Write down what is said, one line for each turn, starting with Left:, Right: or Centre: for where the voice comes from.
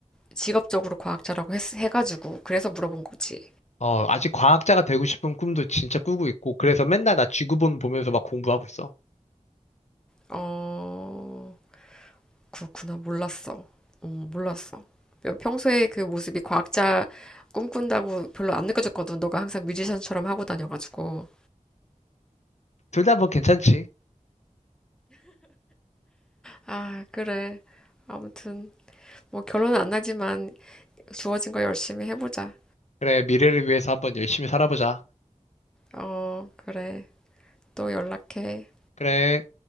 Centre: 직업적으로 과학자라고 했, 해가지고, 그래서 물어본 거지.
Left: 어, 아직 과학자가 되고 싶은 꿈도 진짜 꾸고 있고 그래서 맨날 나 지구본 보면서 막 공부하고 있어.
Centre: 어, 그렇구나. 몰랐어. 음, 몰랐어. 평소에 그 모습이 과학자 꿈꾼다고 별로 안 느껴졌거든. 너가 항상 뮤지션처럼 하고 다녀가지고.
Left: 둘 다 뭐 괜찮지.
Centre: 아, 그래. 아무튼, 뭐 결론은 안 나지만 주어진 거 열심히 해보자.
Left: 그래, 미래를 위해서 한번 열심히 살아보자.
Centre: 어, 그래. 또 연락해.
Left: 그래.